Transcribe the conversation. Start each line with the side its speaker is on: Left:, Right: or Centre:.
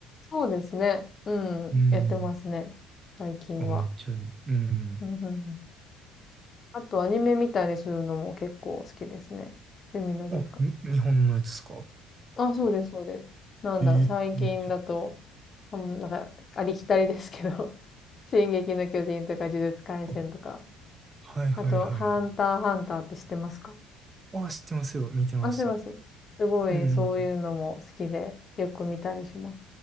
Left: そうですね。うん。
Right: うん。
Left: やってますね。最近は。
Right: あ、めっちゃいい。うん。
Left: うん、うん、うん。あとアニメ見たりするのも結構好きですね。趣味の時間。
Right: あ、に日本のやつですか
Left: あ、そうです、そうです。なんだろう、
Right: ええめっちゃいい。
Left: 最近だと、うんまなんか、ありきたりですけど、<laughs> 進撃の巨人とか呪術廻戦とか、
Right: あ、はいはいはいはい。
Left: あと、ハンターハンターって知ってますか
Right: あ、知ってますよ。見てました。
Left: あ、すいません。すごい、
Right: うん。
Left: そういうのも好きで、よく見たりします。